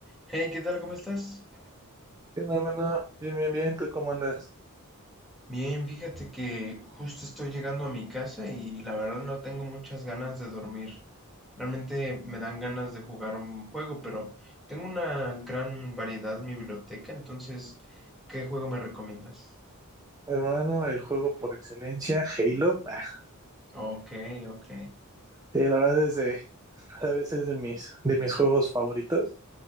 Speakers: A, in the centre; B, on the right.
A: Hey, ¿qué tal? ¿Cómo estás?
B: ¿Qué onda, hermano? Bien, bien, bien. ¿Tú cómo andas?
A: Bien, fíjate que justo estoy llegando a mi casa y la verdad no tengo muchas ganas de dormir. Realmente me dan ganas de jugar un juego, pero tengo una gran variedad en mi biblioteca, entonces, ¿qué juego me recomiendas?
B: Hermano, el juego por excelencia, Halo. Ah,
A: Ok, ok,
B: sí, la verdad es de, <laughs> a veces de mis, de mis juegos favoritos.